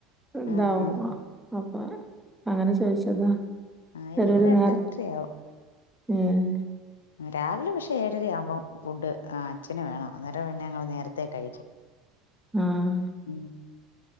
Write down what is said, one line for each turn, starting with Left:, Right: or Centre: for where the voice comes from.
Centre: ഇതാവു
Left: ആഹാ
Centre: അപ്പൊ അങ്ങനെ ചോയ്ച്ചതാ
Left: ആഹ്
Centre: ചെലേരു
Left: ഇല്ല ഇവിടെ എട്ടരയാവും
Centre: നേര് ഏഹ്
Left: രാവിലെ പക്ഷെ ഏഴര ആവാം ഫുഡ് ആഹ് അച്ഛന് വേണം അന്നേരം ഞങ്ങൾ നേരത്തെ കഴിക്കും. <inaudible>
Centre: ആഹ്
Left: ഉം.